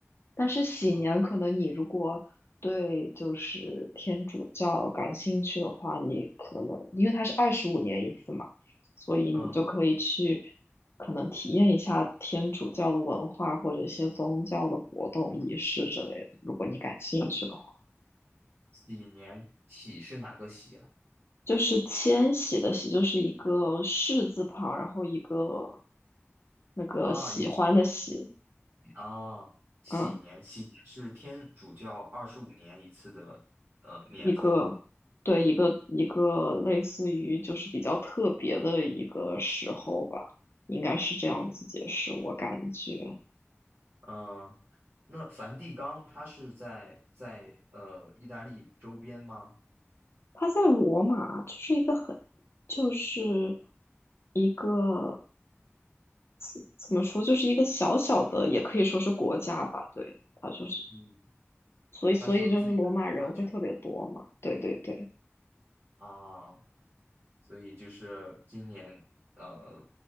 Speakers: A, on the left (about 60°); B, on the right (about 60°).
A: 但是喜年可能你如果对就是天主教感兴趣的话，
B: 啊，
A: 你可能因为它是二十五年一次嘛，所以你就可以去
B: 嗯，
A: 可能体验一下天主教的文化或者一些宗教的活动仪式之类的，如果你感兴趣的话。
B: 喜年喜是哪个喜啊？
A: 就是千徙的徙，就是一个士字旁，然后一个那个喜欢的喜，
B: 啊，一个喜啊，喜年喜年是天主教二十五年一次的呃年份吗？
A: 嗯。一个对一个一个类似于就是比较特别的一个时候吧，应该是这样子解释，我感觉
B: 嗯，那梵蒂冈它是在在呃意大利周边吗？
A: 他在罗马就是一个很就是一个怎怎么说，就是一个小小的，也可以说是国家吧，对，他就是
B: 嗯。
A: 所以所以就是罗马人会特别多嘛，
B: 它是有自己的执法权的
A: 对对对。
B: 啊，所以就是今年呃，